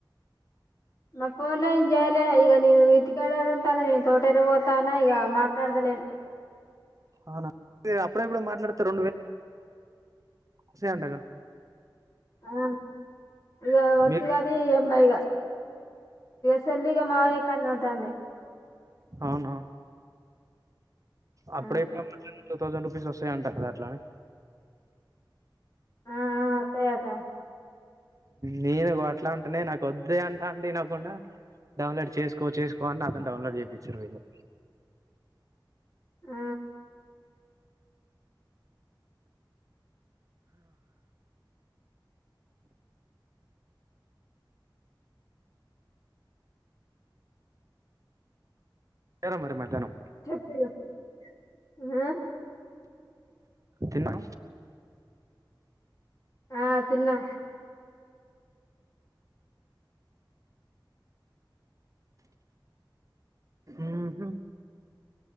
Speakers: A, on the left; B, on the right.
A: నా ఫోన్ లో ఏం జేయాలే ఇగ నేను ఇంటి కాడ ఏడ ఉంటాను నేను తోటైతే పోతానా ఇగ మాట్లాడుత లెన్
B: అవునా అప్పుడో ఎప్పుడో మాట్లాడితే రెండు వేలు <inaudible> ‌సే అంటగా
A: ఆ ఇగ వచ్చు
B: మీరు
A: గానీ <unintelligible> సెల్ ఇగ మావయ్య కాడనే ఉంటాంది
B: అవునా అప్పుడే
A: ఆ
B: ఎప్పుడో <inaudible> టూ థౌసండ్ రూపీస్ వస్తాయంట కదా అట్లానే
A: ఆ ఆ ఒత్తయి అట
B: నేను అగో అట్లా అంటేనే నాకు వద్దే అంటా ఉంటే వినకుండా డౌన్లోడ్ చేసుకో చేసుకో అని నాతోని డౌన్లోడ్ చేపిచ్చిరు వీళ్ళు
A: ఆ
B: చేశారా మరి మధ్యానం
A: ఆ
B: తిన్నా
A: ఆ తిన్నా
B: ఉహు